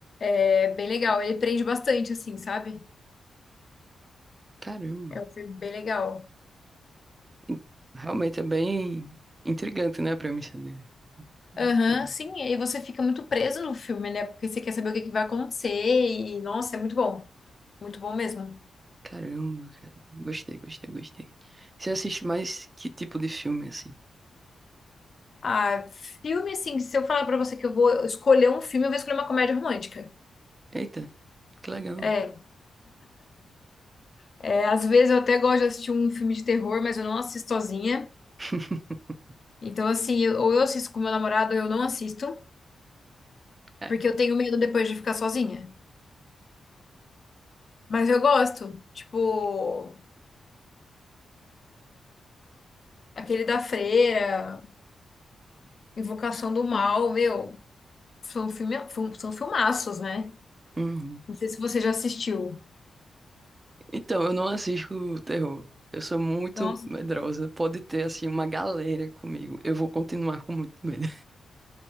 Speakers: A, on the left (about 50°); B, on the right (about 30°).
A: É bem legal. Ele prende bastante, assim, sabe?
B: Caramba.
A: É um filme bem legal.
B: In- Realmente é bem intrigante, né, a premissa dele. Bacana.
A: Aham, sim. E aí você fica muito preso no filme, né? Porque você quer saber o que que vai acontecer. E, nossa, é muito bom. Muito bom mesmo.
B: Caramba, cara. Gostei, gostei, gostei. Você assiste mais que tipo de filme, assim?
A: Ah, filme, assim, se eu falar pra você que eu vou escolher um filme, eu vou escolher uma comédia romântica.
B: Eita, que legal.
A: É. É, às vezes eu até gosto de assistir um filme de terror, mas eu não assisto sozinha.
B: <laughs>
A: Então, assim, eu- ou eu assisto com meu namorado ou eu não assisto,
B: É.
A: porque eu tenho medo depois de ficar sozinha. Mas eu gosto. Tipo, aquele da Freira, Invocação do Mal, meu, são filme, fil- são filmaços, né?
B: Uhum.
A: Não sei se você já assistiu.
B: Então, eu não assisto terror. Eu sou muito
A: Nossa.
B: medrosa. Pode ter, assim, uma galera comigo. Eu vou continuar com muito medo.